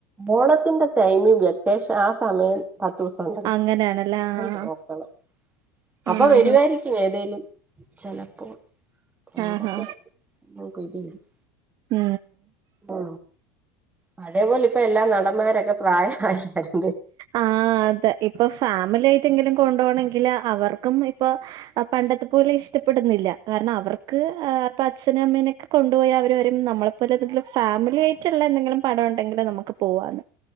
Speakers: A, on the right; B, on the right.
A: ഓണത്തിന്റെ ടൈമി വെക്കേഷൻ ആ സമയം പത്ത്സ <unintelligible>
B: അങ്ങനെയാണല്ലേ ആഹ്
A: നോക്കണം. അപ്പൊ
B: ആഹ്
A: വരുവായിരിക്ക ക്ക ഏതലും ചെലപ്പോ ഏതൊക്കെ
B: ആഹ്
A: നക്ക്ട്ടില്ല <unintelligible>
B: ഉം
A: ആ പഴേപോലെ ഇപ്പ എല്ലാ നടന്മാരൊക്കെ പ്രായമായില്ലേ?
B: ആ അതെ ഇപ്പൊ ഫാമിലി ആയിട്ടെങ്കിലും കൊണ്ട ണങ്കില് അവർക്കും ഇപ്പൊ അ പണ്ടത്തെ പോലെ ഇഷ്ടപ്പെടുന്നില്ല കാരണം അവർക്ക് ആ പ്പ അച്ഛും അമ്മനെക്കെ കൊണ്ടു പോോയി അവർ വരും നമ്മളെപ്പോലെന്തെിലുംഫാമിലി ആയിട്ടുള്ള എന്തെങ്കിലും പടംണ്ടങ്കിൽ നമുക്ക് പോവൻ